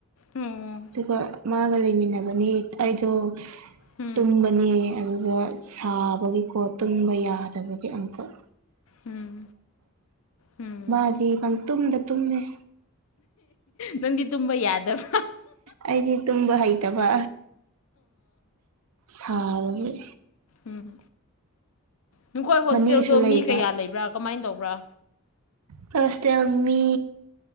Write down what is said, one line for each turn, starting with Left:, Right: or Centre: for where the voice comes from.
Left: ꯎꯝ
Right: ꯑꯗꯨꯒ ꯃꯥꯒ ꯂꯩꯃꯤꯟꯅꯕꯅꯤ ꯑꯩꯗꯣ
Left: ꯎꯝ
Right: ꯇꯅꯤ ꯑꯗꯨꯒꯗ ꯁꯥꯕꯒꯤꯀꯣ ꯇꯨꯝꯕ ꯌꯥꯗꯕꯒꯤ ꯑꯃꯝꯀꯛ
Left: ꯎꯝ ꯎꯝ
Right: ꯃꯥꯗꯤ ꯄꯪꯇꯨꯝꯗ ꯇꯨꯝꯃꯦ
Left: ꯅꯗꯤ ꯇꯨꯕꯥ ꯌꯥꯗꯕ
Right: ꯑꯩꯗꯤ ꯇꯨꯝꯕ ꯍꯩꯇꯕ ꯁꯥꯔꯒꯦ
Left: ꯎꯝꯝ ꯅꯈꯣꯏ ꯍꯣꯁꯇꯦꯜꯗꯣ
Right: ꯃꯅꯦꯁꯨ ꯂꯩꯕ
Left: ꯃꯤ ꯀꯌꯥ ꯂꯩꯕ꯭ꯔꯥ ꯀꯃꯥꯏꯅ ꯇꯧꯕ ꯄꯨ꯭ꯔꯥ
Right: ꯐꯁꯦ ꯑꯃꯃꯤ